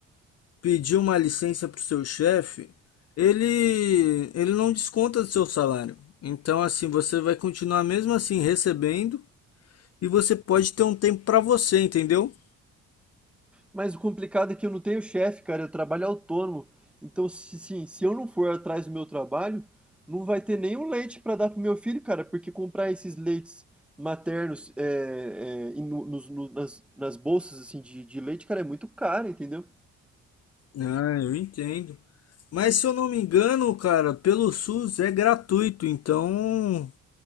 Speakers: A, on the left; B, in the centre.
A: pedir uma licença para o seu chefe, ele ele não desconta do seu salário. Então, assim, você vai continuar mesmo assim recebendo e você pode ter um tempo para você, entendeu?
B: Mas o complicado é que eu não tenho chefe, cara, eu trabalho autônomo. Então, se, sim, se eu não for atrás do meu trabalho, não vai ter nenhum leite para dar pro meu filho, cara, porque comprar esses leites maternos é, é, e no- nos- no- nas, nas bolsas assim de, de leite, cara, é muito caro, entendeu?
A: Ah, eu entendo. Mas se eu não me engano, cara, pelo SUS é gratuito, então